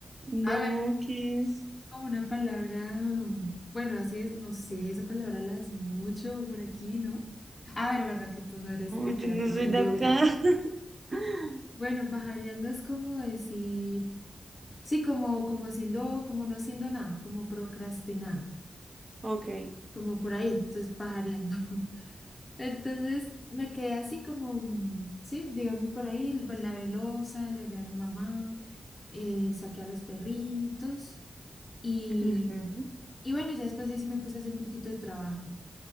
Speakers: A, on the right; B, on the left.
A: No,
B: Ah,
A: ¿qué es?
B: como una palabra, bueno, así es, no sé, esa palabra la decimos mucho por aquí, ¿no? A ver, ¿verdad que tú no eres
A: No,
B: de
A: yo
B: de
A: no
B: propiamente
A: soy de acá.
B: Bogotá?
A: <laughs>
B: Bueno, pajareando es como decir, sí, como, como haciendo, como no haciendo nada, como procrastinando,
A: Ok.
B: como por ahí, entonces pajareando. <laughs> Entonces me quedé así como, mm, sí, digamos por ahí, l- pues, la velosa, le ayudé a mi mamá, eh, saqué a los perritos y...
A: Ujú.
B: Y bueno, ya después ahí sí me puse a hacer un poquito de trabajo.